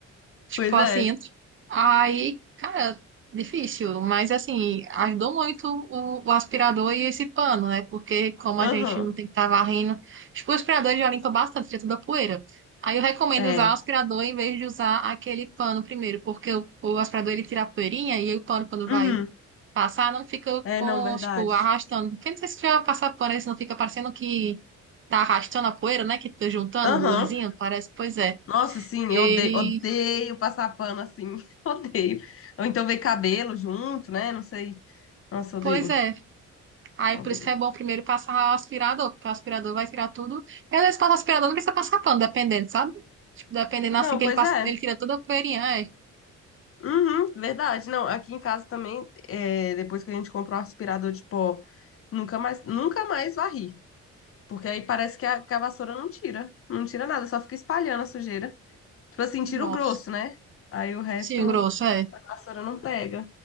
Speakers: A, on the right; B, on the left.
A: Tipo
B: Pois
A: assim,
B: é.
A: aí, cara, difícil, mas assim, ajudou muito o, o aspirador e esse pano, né? Porque como
B: Aham.
A: a gente não tem que estar varrendo, tipo, o aspirador já limpa bastante, tira toda a poeira. Aí eu recomendo
B: É.
A: usar o aspirador em vez de usar aquele pano primeiro, porque o, o aspirador ele tira a poeirinha e aí o pano quando vai
B: Uhum.
A: passar não fica
B: É,
A: com,
B: não, verdade.
A: tipo, arrastando. Porque não sei se já passar pano, isso não fica parecendo que tá arrastando a poeira, né? Que fica juntando,
B: Aham.
A: grudezinho, parece, pois é.
B: Nossa, sim,
A: Ele,
B: eu odeio, odeio passar pano assim, <laughs> odeio. Ou então ver cabelo junto, né? Não sei. Nossa, odeio,
A: pois é. Aí
B: odeio.
A: por isso que é bom primeiro passar o aspirador, porque o aspirador vai tirar tudo. E às vezes passa o aspirador, não precisa passar pano, dependendo, sabe? Tipo, dependendo
B: Não,
A: assim que
B: pois
A: ele passa,
B: é.
A: ele tira toda a poeirinha, é.
B: Uhum, verdade. Não, aqui em casa também, é, depois que a gente comprou o aspirador de pó, nunca mais, nunca mais varri. Porque aí parece que a, que a vassoura não tira. Não tira nada, só fica espalhando a sujeira. Tipo assim,
A: Nossa.
B: tira o grosso, né? Aí o resto
A: Sim, o
B: não,
A: grosso, é.
B: a vassoura não pega.